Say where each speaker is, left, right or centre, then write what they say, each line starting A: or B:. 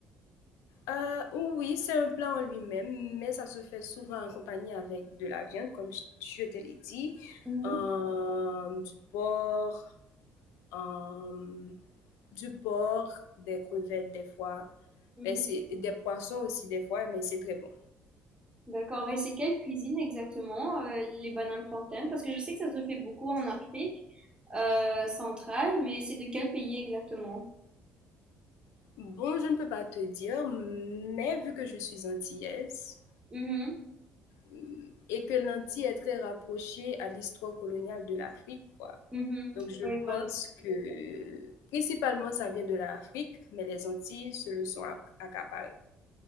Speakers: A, on the left; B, on the right.
A: Euh, oui, c'est un plat en lui-même, mais ça se fait souvent en compagnie avec de la viande, comme je, je te l'ai dit,
B: mhm.
A: euh, du porc, euh, du porc, des crevettes des fois,
B: Mhm.
A: mais c'est des poissons aussi des fois, mais c'est très bon.
B: D'accord. Et c'est quelle cuisine exactement, euh, les bananes plantaines? Parce que je sais que ça se fait beaucoup en Afrique euh, centrale, mais c'est de quel pays exactement?
A: Bon, je ne peux pas te dire, mais vu que je suis antillaise
B: Mhm.
A: hum, et que l'Antille est très rapprochée à l'histoire coloniale de l'Afrique, quoi.
B: Mhm.
A: Donc, je
B: Oui, voilà.
A: pense que principalement, ça vient de l'Afrique, mais les Antilles se le sont acc- accaparées.